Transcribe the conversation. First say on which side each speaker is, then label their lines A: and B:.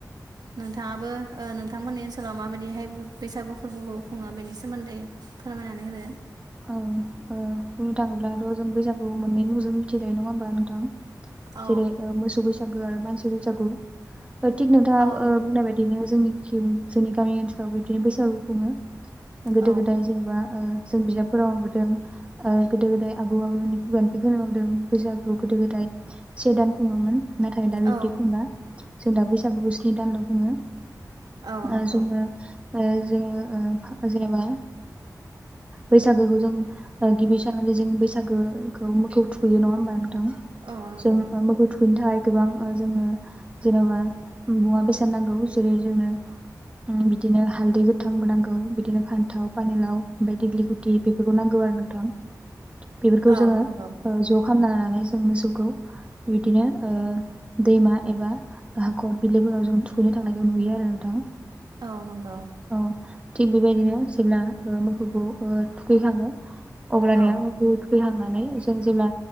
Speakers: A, on the right; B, on the right.
A: नोंथाङाबो ओ नोंथांमोननि ओनसोलाव माबायदिहाय बैसागु फोरबोखौ खुङो बेनि सोमोन्दै फोरमायनानै होदो
B: औ ओ बुंनो थाङोब्लाथ' जों बैसागु मोननै मुंजों मिथिजायो नङा होमबा नोंथां
A: औ
B: जेर ओ मोसबो जागो आरो मानसिबो जागो थिग नोंथाङा
A: औ
B: ओ बुंनाय बायदिनो जोंनि जोंनि गामि ओनसोलाव बिबदिनो बैसागु खुङो गोदो
A: औ
B: गोदाय जेनेबा ओ जों बिजाब फोराव मबोदों गोदो गोदाय आबौ आबौमोननि खुगानिफ्राय खोनबोदों बैसागु गोदो गोदाय से दान खुङोमोन नाथाय दा बिब्दि
A: औ
B: खमला जों दा बैसागुखौ स्नि दानल' बुङो
A: औ
B: आरो
A: नंगौ
B: जोङो ओ जोङो ओ जेनेबा बैसागोखौ जों गिबि साननानै जे जों बैसागोखौ मोखौ थुैयो नङा होमबा
A: औ नंगौ
B: जों मोखौ थुखैनो थाखाय गोबां जोंनो जेनेबा मुवा बेसाद नांगौ जेरै जोंनो बिदिनो हालदै गोथांबो नांगौ बिदिनो फान्थाव फानिलाव बफ्राय देग्लि गोथ थि बेफोरखौ नांगौ आरो नोंथां बेफोरखौ
A: औ
B: जोङो
A: नंगौ
B: ज' खालामना लनानै जों मोसौखौ बिदिनो दैमा एबा हाखर बिलोफोराव जों थुखैनो थांनायखौ नुयो आरो नोंथां
A: औ नंगौ
B: औ थिग बेबायदिनो जेब्ला मोसौखौ थुखैखाङो अब्लानिया
A: औ
B: बुहुद फैहांनानै जों जेब्ला